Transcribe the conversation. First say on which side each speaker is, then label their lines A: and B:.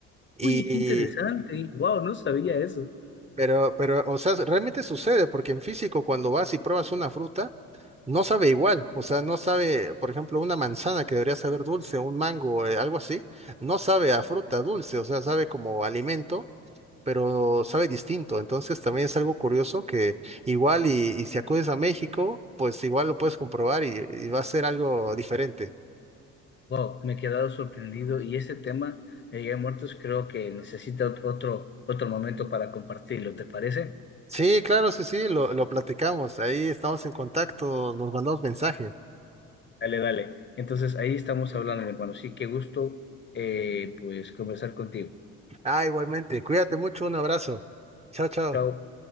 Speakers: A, on the right (about 15°); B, on the left (about 30°).
A: Y,
B: Uy, qué interesante. Wow, no sabía eso.
A: pero, pero, o sea, realmente sucede, porque en físico, cuando vas y pruebas una fruta, no sabe igual. O sea, no sabe, por ejemplo, una manzana que debería saber dulce, un mango, eh, algo así, no sabe a fruta dulce, o sea, sabe como alimento, pero sabe distinto. Entonces, también es algo curioso que igual y, y si acudes a México, pues igual lo puedes comprobar y y va a ser algo diferente.
B: Wow, me he quedado sorprendido y ese tema de Día de Muertos creo que necesita ot- otro, otro momento para compartirlo, ¿te parece?
A: Sí, claro, sí, sí, lo, lo platicamos. Ahí estamos en contacto, nos mandamos mensaje.
B: Dale, dale. Entonces ahí estamos hablando, mi hermano. Sí, qué gusto eh, pues conversar contigo.
A: Ah, igualmente, cuídate mucho, un abrazo. Chao, chao.
B: Chao.